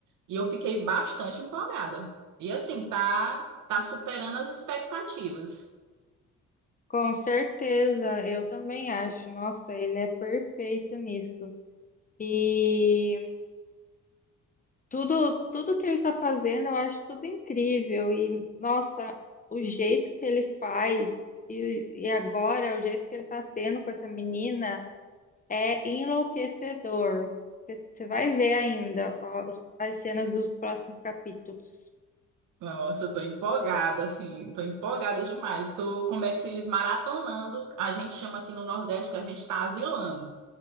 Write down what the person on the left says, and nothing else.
Com certeza, eu também acho. Nossa, ele é perfeito nisso. E tudo, tudo que ele tá fazendo, eu acho tudo incrível. E nossa, o jeito que ele faz e, e agora o jeito que ele tá sendo com essa menina. É enlouquecedor. Você você vai ver ainda ó, os- as cenas dos próximos capítulos.